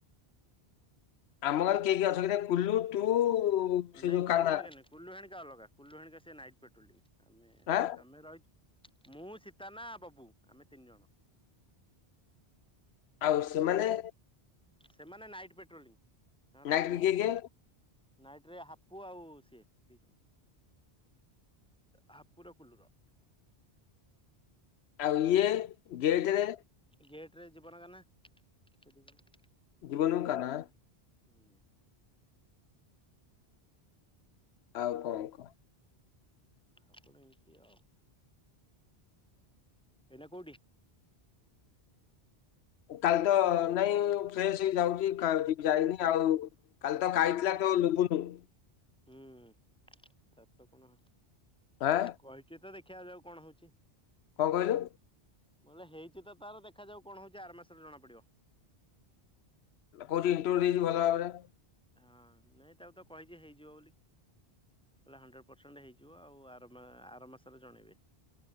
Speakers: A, on the left; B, in the centre.
A: ଆମ ଗାଁରୁ କିଏ କିଏ ଅଛ କିରେ କୁଲୁ ତୁ ସେ
B: ନାଇଁ
A: ଯୋଉ
B: କୁଲୁ
A: କାହ୍ନା
B: ହେଣିକା ନଁ କୁଲୁ ହେଣିକି ଅଲଗା କୁଲୁ ହେରୀକା ସେ ନାଇଟ୍ ପେଟ୍ରୋଲିଂ ଆମେ
A: ଆଁ
B: ଆମେ ରହିଛୁ ମୁଁ ସୀତାନା ବବୁ ଆମେ ତିନି ଜଣ।
A: ଆଉ ସେମାନେ?
B: ସେମାନେ ନାଇଟ୍ ପେଟ୍ରୋଲିଂ ତାଙ୍କର
A: ନାଇଟ୍ ରେ
B: ମୁନସୁନ।
A: କିଏ କିଏ
B: ନାଇଟ ରେ ହାପୁ ଆଉ ସିଏ ଦି ଜଣ। ହାପୁର କୁଲୁର।
A: ଆଉ ଇଏ? ଗେଟ୍ ରେ
B: ଗେଟ ରେ ଯିବନ କାହ୍ନା ସେ କ
A: ଜୀବନକୁ କାହ୍ନା।
B: ହୁଁ।
A: ଆଉ କଣ କହ?
B: ଆଉ କଣ ଏମିତି ଆଉ। ଏନା କଉଠି?
A: କାଲି ତ ନାଇଁ ଫ୍ରେଶ ହେଇ ଯାଉଛି କା ଯି ଯାଇନି ଆଉ କାଲି ତ ଆଇଥିଲା ତ ଲୁବୁନୁ।
B: ହୁଁ ତାର ତ କଣ
A: ଆଁ
B: କହିଛି ତ ଦେଖ ଦେଖିଆ ଯାଉ କଣ ହଉଛି।
A: କଣ କହିଲୁ?
B: ମୁଁ କହିଲି ହେଇଛି ତ ତାର ଦେଖାଯାଉ କଣ ହଉଛି ଆର ମାସରେ ଜଣା ପଡିବ।
A: କହୁଚି ଇଣ୍ଟରଭିୟୁ ଦେଇଚି ଭଲ ଭାବରେ।
B: ହଁ ନାଇଁ ତାକୁ ତ କହିଛି ହେଇଯିବ ବୋଲି। କହିଲା ହଣ୍ଡ୍ରେଡ଼୍ ପରସେଣ୍ଟ ହେଇଯିବ ଆଉ ଆର ମା ଆର ମାସରେ ଜଣେଇବେ।